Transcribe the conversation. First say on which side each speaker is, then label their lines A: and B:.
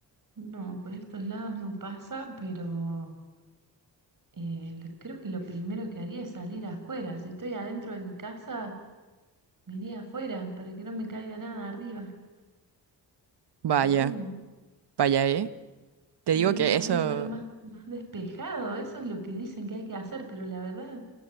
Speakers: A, on the right; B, on the right.
A: no, por estos lados no pasa, pero Eh, l- creo que lo primero que haría es salir afuera. Si estoy adentro de mi casa, me iría afuera para que no me caiga nada arriba,
B: Vaya,
A: supongo.
B: vaya, ¿eh? Te digo
A: E irme
B: que
A: a
B: eso.
A: un lugar más, más despejado, eso es lo que dicen que hay que hacer, pero la verdad,